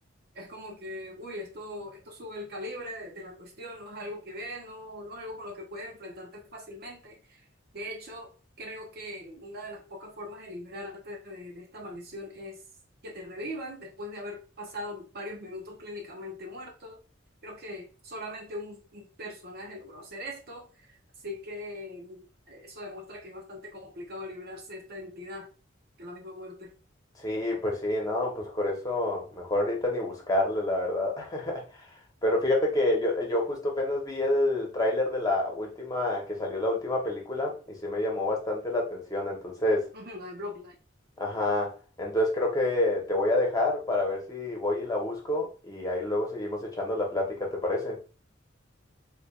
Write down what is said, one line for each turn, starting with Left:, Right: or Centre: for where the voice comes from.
Right: Es como que, uy, esto, esto sube el calibre de, de la cuestión, no es algo que ves, no, no es algo con lo que puedes enfrentarte fácilmente. De hecho, creo que una de las pocas formas de librarte de, de esta maldición es que te revivan después de haber pasado varios minutos clínicamente muerto. Creo que solamente un, un personaje logró hacer esto, así que eh, eso demuestra que es bastante complicado librarse de esta entidad, que es la misma muerte.
Left: Sí, pues sí, no, pues por eso mejor ahorita ni buscarle, la verdad. <laughs> Pero fíjate que yo, yo justo apenas vi el tráiler de la última, que salió la última película y sí me llamó bastante la atención. Entonces,
Right: <laughs> Ujú, La de Bloodline.
Left: ajá, entonces creo que te voy a dejar para ver si voy y la busco y ahí luego seguimos echando la plática, ¿te parece?